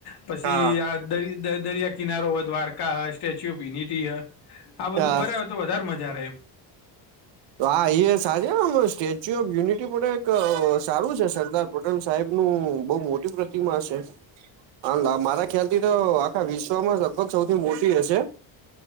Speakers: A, on the left; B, on the right.
A: પછી
B: હા
A: આ દ દરિયા કિનારો વધ વાર કા સ્ટેચ્યુ ઓફ યુનિટી હ આ બધું
B: હા
A: ફર્યા હોય, તો વધારે મજા રહે એમ.
B: તો આા એ સાજે સ્ટેચ્યુ ઓફ યુનિટી પણ એક સારું છે સરદાર પટલ સાહેબ નું બઉ મોટી પ્રતિમા છે. હ મારા ખ્યાલથી તો આખા વિશ્વમાં લગભગ સૌથી મોટી રહેશે?